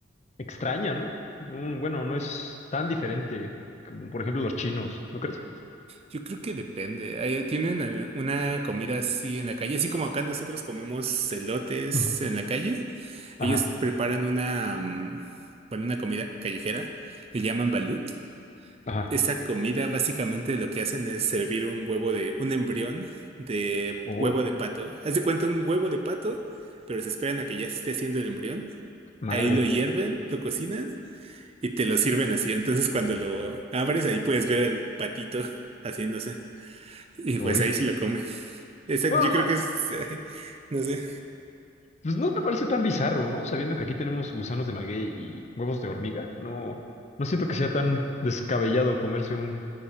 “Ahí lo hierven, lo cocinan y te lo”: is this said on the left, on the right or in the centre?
Right